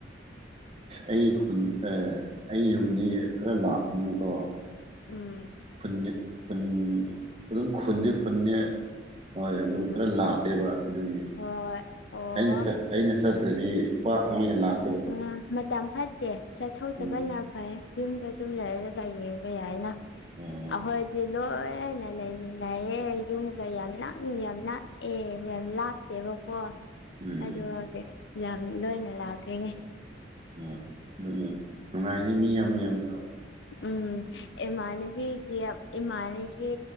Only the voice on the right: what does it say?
ꯑꯩ ꯈꯨꯟ ꯑꯦ ꯑꯩ ꯌꯨꯝꯗꯤ ꯈꯔ ꯂꯥꯛꯄꯅꯤꯅꯀꯣ
ꯈꯨꯟꯗꯤ ꯈꯨꯟ ꯑꯗꯨꯨꯝ ꯈꯨꯟꯗꯤ ꯈꯨꯟꯅꯦ ꯍꯣꯏ ꯑꯗꯨ
ꯈꯔ ꯂꯥꯞꯄꯦꯕ ꯑꯗꯨꯒꯤ
ꯑꯩꯅꯥ ꯑꯩꯅ ꯆꯠꯇ꯭ꯔꯗꯤ ꯄꯥꯛ ꯃꯣꯏꯅ ꯂꯥꯛ
ꯎꯝ
ꯎꯝ
ꯎꯝ
ꯍꯣꯏ ꯑꯗꯨꯅꯦ ꯅꯨꯡꯉꯥꯏꯅꯤ ꯃꯤ ꯌꯥꯝ ꯌꯥꯝꯕꯗꯣ